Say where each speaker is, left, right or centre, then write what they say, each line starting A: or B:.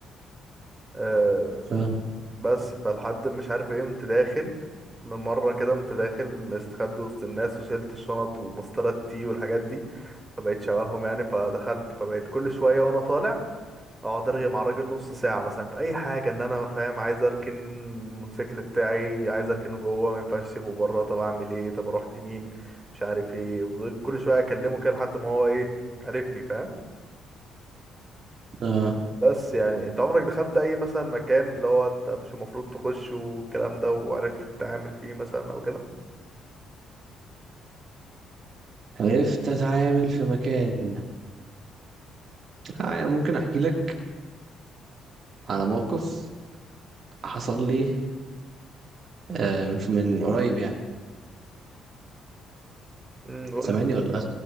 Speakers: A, on the right; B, on the right.
A: آه،
B: فاهمك
A: بس فالحد مش عارف ايه قمت داخل مرة كده قمت داخل مستخبي وسط الناس وشلت الشنط ومسطرة التي والحاجات دي فبقيت شبههم يعني فدخلت فبقيت كل شوية وانا طالع اقعد ارغي مع الراجل نص ساعة مثلا في اي حاجة ان انا فاهم عايز اركن الموتوسيكل بتاعي عايز اركنه جوه ما ينفعش اسيبه بره طب اعمل ايه طب اروح لمين مش عارف ايه فضلت كل شوية اكلمه كده لحد ما هو ايه عرفني فاهم
B: اه
A: بس يعني انت عمرك دخلت اي مثلا مكان اللي هو انت مش المفروض تخشه والكلام ده وعرفت تتعامل فيه مثلا او كده
B: عرفت اتعامل في مكان آه ممكن احكي لك على موقف حصل لي آه من من قريب يعني
A: امم
B: سامعني
A: قلت
B: ولا لا؟